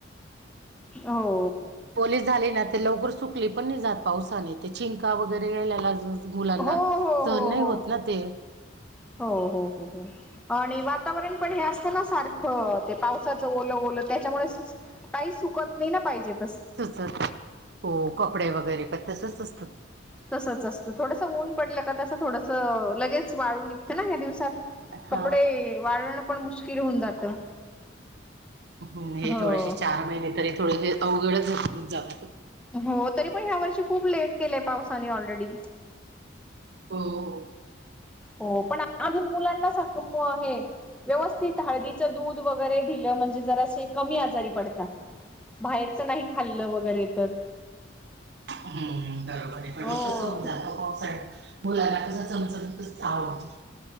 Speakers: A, in the centre; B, on the right (about 55°).
A: हो.
B: ओली झाली ना त लवकर सुकली पण नाही जात पावसाने ते चिंका वगैरे यायला ल्या जून गुलांना
A: हो हो
B: सहन
A: हो
B: नाही
A: हो
B: होत ना ते.
A: हो हो हो हो! आणि वातावरण पण हे असतं ना सारखं ते पावसाचं ओलं ओलं त्याच्यामुळे स काही सुकत नही ना पाहिजेत
B: तसचं हो कपडे वगैरे पण तसं असतात.
A: तसंच असतं, थोडसं ऊन पडलं का तसं थोडसं लगेच वाळू निघतं ना ह्या दिवसांत.
B: हा
A: कपडे वाळणं पण मुश्किल होऊन जातं.
B: हूं हे
A: हो.
B: थोडेसे चार महिने तरी थोडेसे अवघडच <unintelligible> जाता.
A: हो तरी पण ह्या वर्षी खूप लेट केलंय पावसाने ऑलरेडी.
B: हो!
A: हो पण अजून मुलांना सा क मो हे. व्यवस्थित हाळदीचं दूध वगैरे दिलं म्हणजे जरासे कमी आजारी पडता. बाहेरचं नाही खाल्लं वगैरे तर.
B: हूं बरोबर आहे पण
A: हो
B: मग कसं होऊन जात पावसाळ्यात मुलांना कसं चमचमीतच आवडतं.